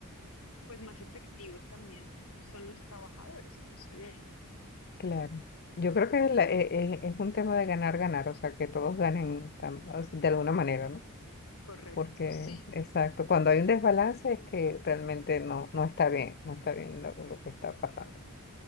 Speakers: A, on the left (about 70°); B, on the left (about 45°).
A: pues más efectivos también son los trabajadores, considero.
B: Claro. Yo creo que la- e- e- es, un tema de ganar, ganar, o sea, que todos ganen tam- o sea, de alguna manera, ¿no?
A: Correcto.
B: Porque,
A: Sí.
B: exacto, cuando hay un desbalance es que realmente no, no está bien, no está bien lo, lo que está pasando.